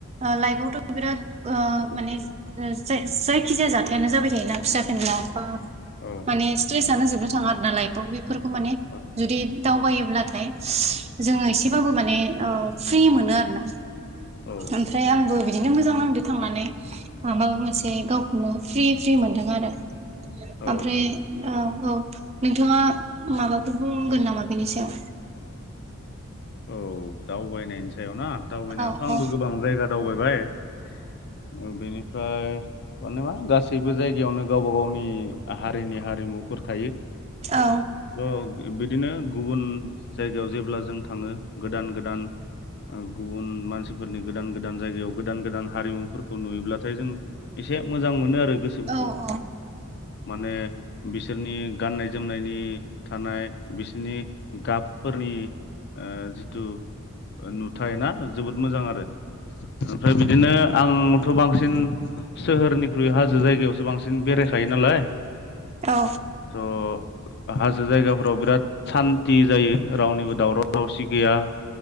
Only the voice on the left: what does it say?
औ
औ
औ नंगौ
औ
औ दावबायनायनि सायाव ना दावबायनायावथ'
आंबो
गोबां जायगा दावबायबाय। ओ बेनिफ्राय माने मा गासैबो जायगायावनो गावबा गावनि हारिनि हारिमुफोर थायो।
थ' बिदिनो गुबुन जायगायाव जेब्ला जों थाङो गोदान गोदान ओ गुबुन मानसिफोरनि गोदान गोदान जायगायाव गोदान गोदान हारिमुफोरखौ नुयोब्लाथाय जों एसे मोजां मोनो आरो गो सोफोरखौ
माने बिसोरनि गाननाय जोमनायनि थानाय बिसनि गाबफोरनि ओ जिथु ओ नुथाय ना? जोबोद मोजां आरो ओमफ्राय बिदिनो आं थ' बांसिन सोहोरनिख्रुइ हाजो जायगायावसो बांसिन बेरायखायो नालाय।
थ' हाजो जायगाफोराव बिराद सान्ति जायो रावनिबो दावराव दावसि गैया।